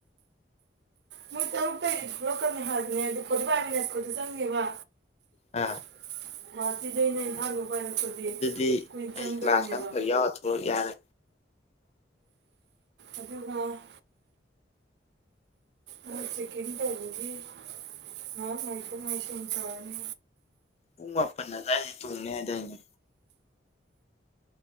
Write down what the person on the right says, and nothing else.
ꯃꯣꯏ ꯇꯔꯨꯛꯛꯇꯒꯤ ꯊꯣꯛꯂꯛꯀꯅꯤ ꯍꯥꯏꯕꯅꯦ ꯑꯗꯨ ꯈꯣꯠꯇ ꯄꯥꯏꯃꯤꯅꯦꯠ ꯈꯣꯠꯇ ꯆꯪꯒꯦꯕ
<unintelligible>
ꯀꯨꯏꯅ ꯆꯪꯗꯕꯅꯦꯕ
ꯑꯗꯨꯒ ꯅꯣꯏ ꯆꯦꯀꯤꯡ ꯇꯧꯕꯒꯤ ꯉꯩꯍꯥꯛ ꯉꯥꯏꯊꯣꯛ ꯉꯥꯏꯁꯤꯟ ꯇꯧꯔꯅꯤ꯫